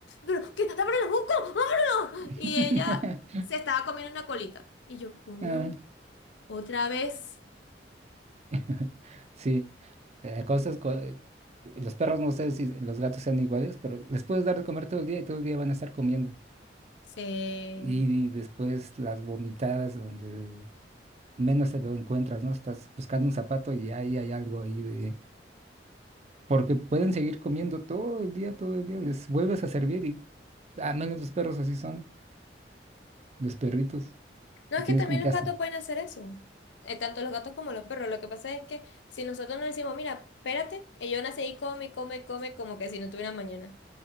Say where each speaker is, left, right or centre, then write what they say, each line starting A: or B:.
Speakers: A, on the left (about 85°); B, on the right (about 35°).
A: pero, ¿qué? ¡Ábrelo, busco! ¡Ábrelo!
B: <laughs>
A: Y ella se estaba comiendo una colita. Y yo, coño,
B: Ah,
A: otra vez
B: <laughs> Sí, eh, cosas, co- los perros no sé si los gatos sean iguales, pero les puedes dar de comer todo el día y todo el día van a estar comiendo.
A: se...
B: Y después las vomitadas donde menos te lo encuentras, ¿no? Estás buscando un zapato y ahí hay algo ahí de... Porque pueden seguir comiendo todo el día, todo el día, les vuelves a servir y a menos los perros así son, los perritos.
A: No,
B: Y
A: es
B: tienes
A: que también
B: como que
A: los
B: hasta.
A: gatos pueden hacer eso. Eh, tanto los gatos como los perros. Lo que pasa es que si nosotros nos decimos, mira, espérate, ellos van a seguir come, come, come, como que si no tuvieran mañana.